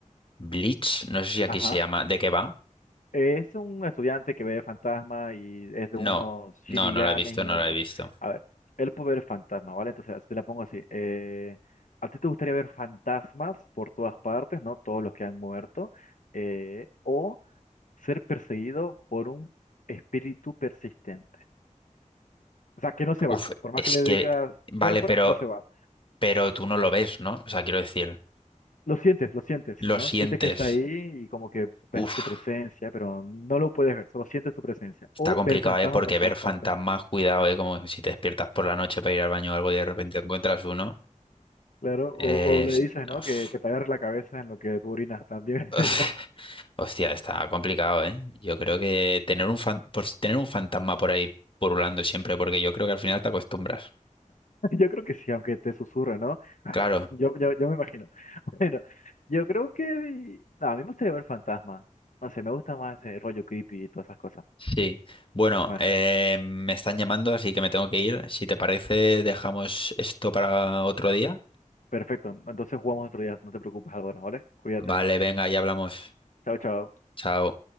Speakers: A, on the left; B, on the left.
A: Bleach, no sé si aquí
B: Ajá.
A: se llama. ¿De qué va?
B: Es un estudiante que ve fantasma y es de unos
A: No,
B: shinigames
A: no, no la he visto,
B: y
A: no
B: otra
A: la
B: cosa.
A: he visto.
B: A ver, él puede ver fantasma, ¿vale? Entonces, te la pongo así. eh, ¿a ti te gustaría ver fantasmas por todas partes, ¿no? Todos los que han muerto. eh, o ser perseguido por un espíritu persistente. O sea, que no se va.
A: Uf,
B: Por más
A: es
B: que le
A: que,
B: digas
A: vale,
B: fuera, fuera,
A: pero,
B: no se va.
A: pero tú no lo ves, ¿no? O sea, quiero decir,
B: Lo sientes, lo sientes,
A: lo
B: ¿no?
A: sientes.
B: Sientes que está ahí y como que
A: Uf,
B: ves su presencia, pero no lo puedes ver, solo sientes su presencia.
A: está
B: O
A: complicado,
B: ver fantasmas
A: ¿eh? Porque
B: por todas
A: ver fantasmas,
B: partes.
A: cuidado, ¿eh? Como si te despiertas por la noche para ir al baño o algo y de repente encuentras uno.
B: Claro,
A: eh,
B: o, o le
A: es-
B: dices, ¿no?
A: uf.
B: Que, que te agarre la cabeza en lo que tú orinas también.
A: <laughs>
B: <laughs>
A: Hostia, está complicado, ¿eh? Yo creo que tener un fan- pues tener un fantasma por ahí purulando siempre, porque yo creo que al final te acostumbras.
B: Yo creo que sí, aunque te susurre, ¿no? Ay,
A: Claro,
B: ay, yo, yo, yo me imagino. <laughs> Bueno, yo creo que... no, a mí me gustaría ver fantasmas. No sé, me gusta más ese rollo creepy y todas esas cosas.
A: Sí, bueno,
B: Bueno,
A: eh, me están llamando, así que me tengo que ir. Si te parece, dejamos esto para otro día.
B: perfecto. Entonces jugamos otro día. No te preocupes, Álvaro, ¿vale? Cuídate.
A: Vale, venga, ya hablamos.
B: Chao, chao.
A: Chao.